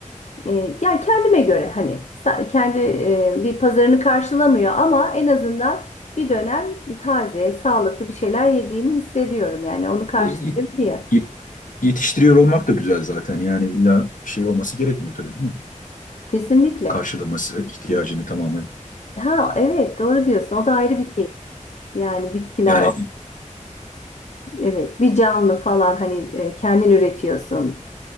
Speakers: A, on the left; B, on the left.
A: E, yani kendime göre hani sa- kendi e, bir pazarını karşılamıyor ama en azından bir dönem taze, sağlıklı bir şeyler yediğimi hissediyorum. Yani onu karşılayabiliyor.
B: E, yet- yet- yetiştiriyor olmak da güzel zaten. Yani illa bir şey olması gerekmiyor tabii değil mi?
A: Kesinlikle.
B: Karşılaması ihtiyacını tamamen.
A: Ha evet doğru diyorsun. O da ayrı bir keyif. Yani bitkiler
B: Yani
A: o- evet bir canlı falan hani e, kendin üretiyorsun.